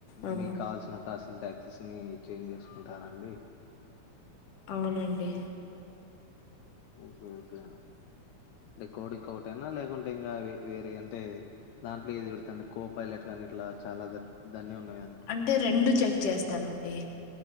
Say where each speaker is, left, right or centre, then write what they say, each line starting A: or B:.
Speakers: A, on the left (about 60°); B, on the left (about 80°).
A: ఆ
B: మీకు కాల్సినట్టు అసిన టాక్సీస్ ని చేంజ్ చేస్ టర అండి
A: అవునండి
B: ఓకే కే అంటే కోడింగ్ ఒకటేనా లేకుంటే ఇంగ వ వేరే అంటే దాంట్లో ఏది పెడతండి కో పైలట్ కానీ ఇట్లా చాలా ద్ దాన్ని ఉన్నాయ్
A: అంటే రెండు చెక్ చేస్తానండి